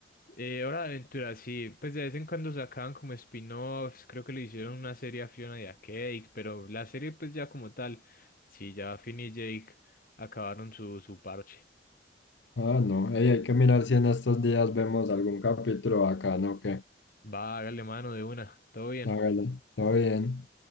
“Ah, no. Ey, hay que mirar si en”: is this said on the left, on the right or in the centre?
Left